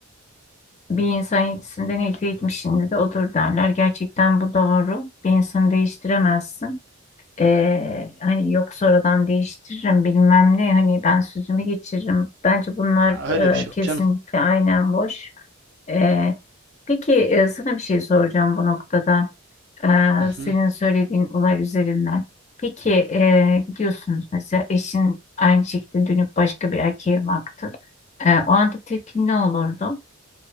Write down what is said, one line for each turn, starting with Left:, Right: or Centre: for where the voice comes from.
Left: e, bir insan yetisinden elde etmişinde de odur derler. Gerçekten bu doğru. Bir insanı değiştiremezsin. E, hani yok sonradan değiştiririm bilmem ne. Hani ben sözümü geçiririm. Bence bunlar
Right: Ya öyle bir şey
Left: e, kesinlikle
Right: yok canım.
Left: aynen boş. E, peki e, sana bir şey soracağım bu noktada.
Right: Hı
Left: e, senin
Right: hı.
Left: söylediğin olay üzerinden. Peki e, gidiyorsunuz mesela eşin aynı şekilde dönüp başka bir erkeğe baktı. E, o anda tepkin ne olurdu?